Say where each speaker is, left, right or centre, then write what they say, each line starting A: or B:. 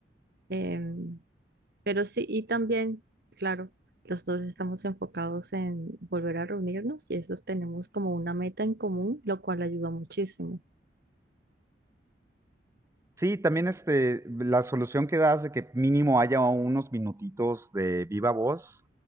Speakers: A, on the right; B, on the right.
A: em, pero sí, y también, claro, los dos estamos enfocados en volver a reunirnos y esos tenemos como una meta en común, lo cual ayuda muchísimo.
B: Sí, también este, la solución que das de que mínimo haya unos minutitos de viva voz,